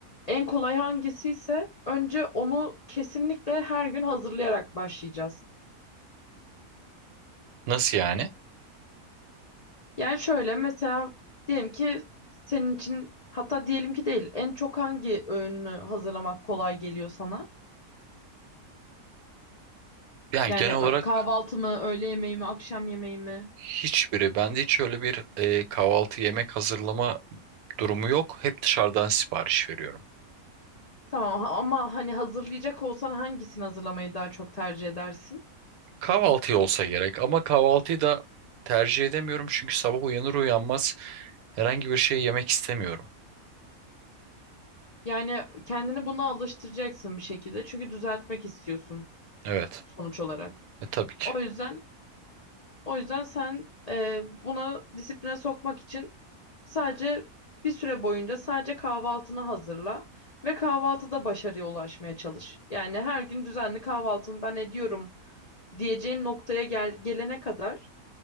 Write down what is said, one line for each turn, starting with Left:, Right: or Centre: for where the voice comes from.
Left: en kolay hangisiyse önce onu kesinlikle her gün hazırlayarak başlayacağız.
Right: Nasıl yani?
Left: Yani şöyle mesela diyelim ki senin için hatta diyelim ki değil en çok hangi öğünü hazırlamak kolay geliyor sana?
Right: Yani
Left: Yani
Right: genel
Left: ö-
Right: olarak
Left: kahvaltı mı, öğle yemeği mi, akşam yemeği mi?
Right: hiçbiri. Bende hiç öyle bir e, kahvaltı yemek hazırlama durumu yok. Hep dışarıdan sipariş veriyorum.
Left: Tamam ha- ama hani hazırlayacak olsan hangisini hazırlamayı daha çok tercih edersin?
Right: Kahvaltı olsa gerek ama kahvaltıyı da tercih edemiyorum çünkü sabah uyanır uyanmaz herhangi bir şey yemek istemiyorum.
Left: Yani kendini buna alıştıracaksın bir şekilde çünkü düzeltmek istiyorsun
Right: Evet.
Left: sonuç olarak.
Right: E, tabii ki.
Left: O yüzden O yüzden sen e, bunu disipline sokmak için sadece bir süre boyunca sadece kahvaltını hazırla ve kahvaltıda başarıya ulaşmaya çalış. Yani her gün düzenli kahvaltımı ben ediyorum diyeceğin noktaya gel gelene kadar.